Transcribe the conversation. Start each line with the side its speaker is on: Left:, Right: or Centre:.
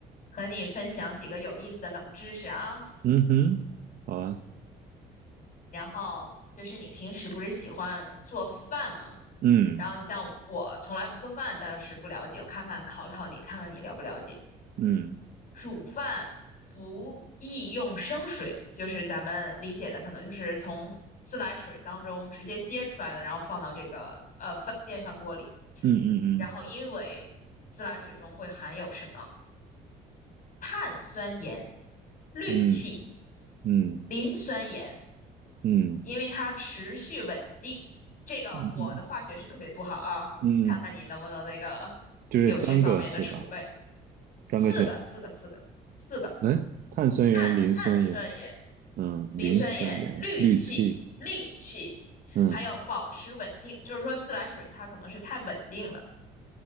Left: 和你分享几个有意思的冷知识啊。
Right: 嗯哼，好啊，
Left: 然后就是你平时不是喜欢做饭吗？
Right: 嗯
Left: 然后你像我从来不做饭，但是不了解，我看看考考你，看看你了不了解。
Right: 嗯
Left: 煮饭不宜用生水，就是咱们理解的可能就是从自来水当中直接接出来的，然后放到这个呃饭电饭锅里。
Right: 嗯
Left: 然后因为自来水中会含有什么碳酸盐、氯气、
Right: 嗯嗯嗯嗯
Left: 磷酸盐。
Right: 嗯
Left: 因为它持续稳定。这个我的化学是特别不好啊，
Right: 嗯嗯嗯，
Left: 看看你能不能那个
Right: 就这三个是吧？
Left: 有这方面的储备。
Right: 三个选项，
Left: 四个，四个，四个，四个，
Right: 哎，碳酸盐、
Left: 碳碳酸盐、
Right: 磷酸盐，嗯，
Left: 磷酸盐、
Right: 磷酸盐、
Left: 氯气、
Right: 氯气，
Left: 氯气，
Right: 嗯，
Left: 还有保持稳定，就是说自来水它可能是太稳定了。